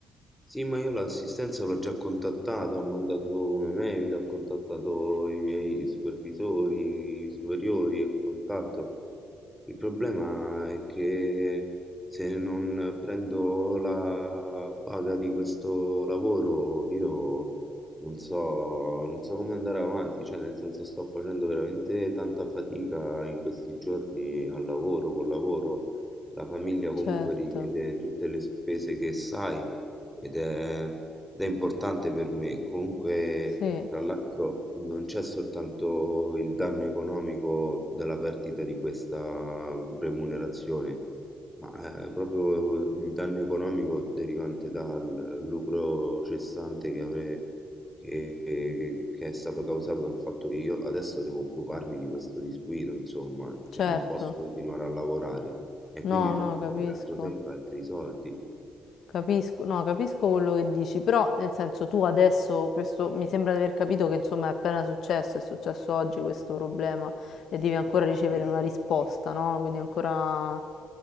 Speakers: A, in the centre; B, on the left.
A: Sì, ma io l'assistenza l'ho già contattata, ho mandato una mail, ho contattato i miei supervisori, i superiori e quant'altro. Il problema è che se non prendo la paga di questo lavoro, io non so, non so come andare avanti, cioè nel senso sto facendo veramente tanta fatica in questi giorni al lavoro, col lavoro. La famiglia comunque
B: Certo,
A: richiede tutte le spese che sai ed è, ed è importante per me. Comunque,
B: sì,
A: tra l'altro, non c'è soltanto il danno economico della perdita di questa remunerazione, ma eh, proprio il danno economico derivante dal lucro cessante che avrei. Che, che- che è stato causato dal fatto che io adesso devo occuparmi di questo disguido, insomma, cioè
B: certo,
A: non posso continuare a lavorare e
B: no,
A: quindi mi fa
B: no,
A: perdere
B: capisco.
A: altro tempo e altri soldi.
B: Capisco, no, capisco quello che dici, però nel senso tu adesso, questo, mi sembra di aver capito che insomma è appena successo, è successo oggi questo problema e devi ancora ricevere
A: Sì,
B: una risposta, no? Quindi ancora